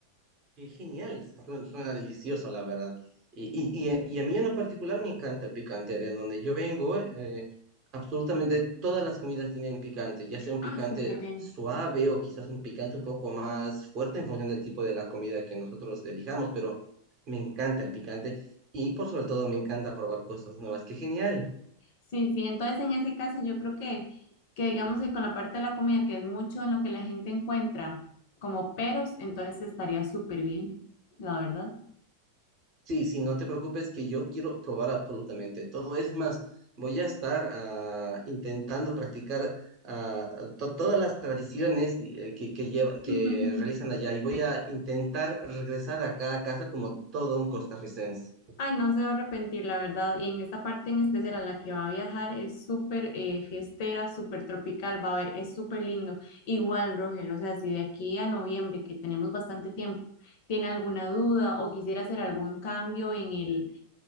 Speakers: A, on the right (about 40°); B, on the left (about 50°).
A: Qué genial, sí, suena, suena delicioso, la verdad. Y, y, y, a y a mí en lo particular me encanta el picante. De donde yo vengo, eh, absolutamente todas las comidas tienen picante, ya sea un
B: Ah,
A: picante
B: súper bien.
A: suave o quizás un picante un poco más fuerte en función del tipo de la comida que nosotroselijamos, pero me encanta el picante y por sobre todo me encanta probar cosas nuevas. Qué genial.
B: Sí, sí, entonces en ese caso yo creo que, que digamos que con la parte de la comida, que es mucho en lo que la gente encuentra como peros, entonces estaría súper bien, la verdad.
A: Sí, sí, no te preocupes que yo quiero probar absolutamente todo. Es más, voy a estar ah, intentando practicar ah, to- todas las tradiciones y, eh, que, que, lleva- que
B: <laughs>
A: realizan allá y voy a intentar regresar acá a casa como todo un costarricense.
B: Ay, no se va a arrepentir, la verdad. Y en esta parte en especial a la que va a viajar es súper eh, fiestera, súper tropical, va a ver, es súper lindo. Igual, Roger, o sea, si de aquí a noviembre, que tenemos bastante tiempo, tiene alguna duda o quisiera hacer algún cambio en el,